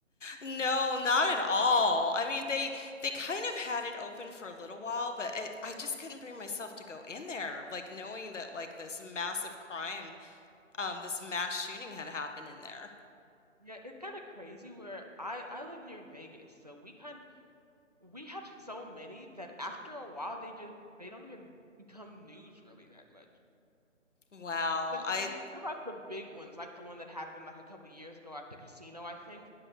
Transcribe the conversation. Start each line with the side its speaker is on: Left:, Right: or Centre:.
Left: No, not at all. I mean, they they kind of had it open for a little while, but it, I just couldn't bring myself to go in there, like knowing that like this massive crime, um, this mass shooting had happened in there.
Right: Yeah, it's kind of crazy where I I live near Vegas, so we kind we have so many that after a while they just they don't even become news really that much.
Left: Wow.
Right: Because you
Left: I
Right: you hear about the big ones, like the one that happened like a couple years ago at the casino, I think,